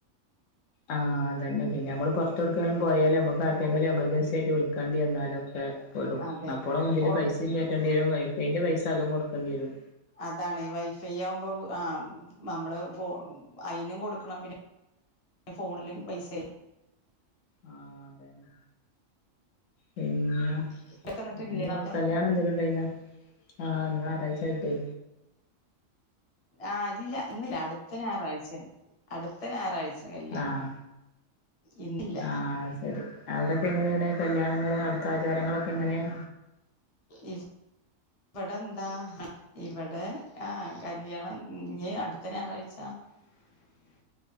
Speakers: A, on the left; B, on the left.
A: ആഹ് അതെന്നെ പിന്നെ നമ്മൾ പുറത്ത്ടുക്കേലും പോയാലും നമ്മക്ക് ആർക്കെങ്കിലും നമ്മക്ക് വിളക്കേണ്ടി വന്നാലൊക്കെ പെടും
B: അതെ
A: അപ്പോളും ഇതില്
B: പൊറ
A: പൈസേം കയറ്റേണ്ടി വരും വൈഫൈൻന്റെ പൈസ അതും കൊടുക്കേണ്ടി വരും.
B: അതാണ് വൈഫൈ ആവുമ്പോ ആ നമ്മള് ഫോ അയിനും കൊടുക്കണം പിന്നെ ഫോണിലും പൈസ
A: ആഹ് അതെന്നെ. പിന്നെ
B: ഇതൊക്കെ എന്നിട്ട്
A: എന്തോ
B: ഇല്ലേന അവിടെ
A: കല്യാണംന്തെലുംണ്ടായിന? ആഹ് ഇന്ന് ഞാറാഴ്ച്ചായിട്ടേ.
B: ആഹ് ഇല്ല ഇന്നില്ല. അട്ത്ത ഞാറാഴ്ചെണ്‌ അട്ത്ത ഞാറാഴ്ച കല്യാണം.
A: ആഹ്
B: ഇന്നില്ല
A: ആഹ് അത് ശരി. അവിടൊക്കെ ങ്ങനെണ് കല്യാണങ്ങള് അടുത്ത ആചാരങ്ങളൊക്കെ എങ്ങനെയാ?
B: ഇ ഇവിടെന്താ ഇവിടെ ആ കല്യാണം ഇഞ്ഞി അട്ത്ത ഞാറാഴ്ച
A: <inaudible>